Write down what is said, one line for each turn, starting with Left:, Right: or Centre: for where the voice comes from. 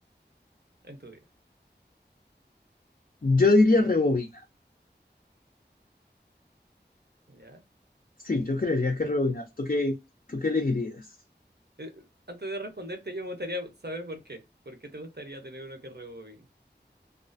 Right: en tu vida?
Left: Yo diría rebobinar.
Right: ¿Ya?
Left: Sí, yo creería que rebobinar. ¿Tú qué, tú qué elegirías?
Right: Eh, antes de responderte, yo me gustaría saber por qué. ¿Por qué te gustaría tener uno que rebobine?